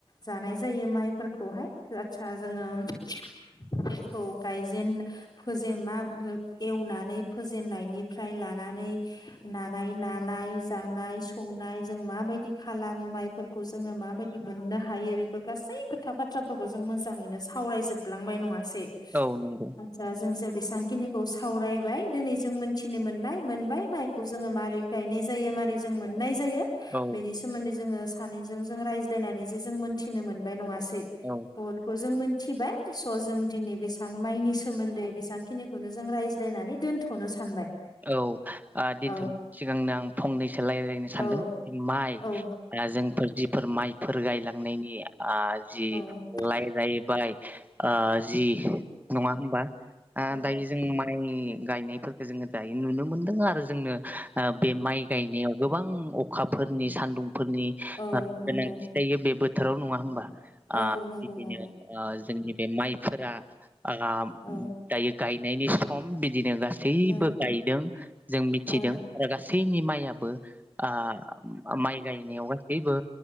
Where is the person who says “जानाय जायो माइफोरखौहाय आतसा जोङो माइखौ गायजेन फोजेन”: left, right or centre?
Left